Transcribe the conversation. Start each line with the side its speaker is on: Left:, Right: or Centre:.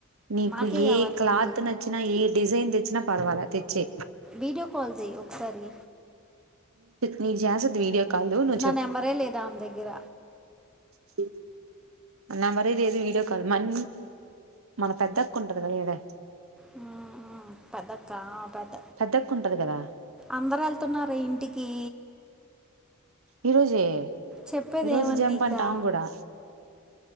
Right: నీకు
Centre: నాకే
Right: ఏ
Centre: కావాలి
Right: క్లాత్
Centre: ముందు
Right: నచ్చినా ఏ డిజైన్ తెచ్చినా పర్వాల తెచ్చే
Centre: వీడియో కాల్ చేయీ ఒకసారి
Right: నే జసద వీడియో కాల్ నువ్వు
Centre: నా నెంబరే లేదు ఆమె దగ్గర
Right: సే న్నె మరీది ఏదు వీడియో కాల్ మనీ మన పెద్ద అక్క ఉంది కదా అడ్డా
Centre: హా ఆ పెద్దక్క పెద్ద
Right: పెద్దక్క ఉంటది కదా
Centre: అందరు వెళ్తున్నారె ఇంటికి
Right: ఈరోజే
Centre: చెప్పేది
Right: ఈరోజు
Centre: ఏమని
Right: జంప్
Centre: నీకా
Right: అంటా ఆమె కూడా